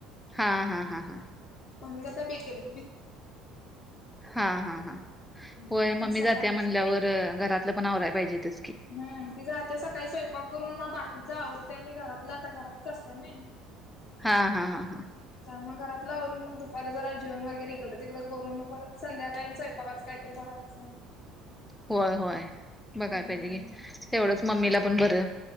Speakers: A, in the centre; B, on the left.
A: हां हां हां हां
B: मम्मी लां कायं बे केली
A: हां हां हां
B: हम्म
A: होयं
B: ती
A: मम्मी
B: सकाळी
A: जाते म्हणल्यांवर घरांत पणंवय पाहिजे ते
B: हम्मं ती जाततेे सकाळीं स्वयंपाक करूंन मंग बाकीचं आवडतेय मी घरातलं आंता घरांतच असतं नां
A: हां हां हां हां
B: मंग घरांतल आवरूंन मंग दुपारीला जरां जेवणं वगैरें इकडं तिकडे करूंन मंग परंत संध्याकायं स्वयंपाकाचं कायं तरं बाहेरचं
A: होयं होयं बघांय
B: अं
A: पाहिजे तेवढंच मम्मीला पणं बरं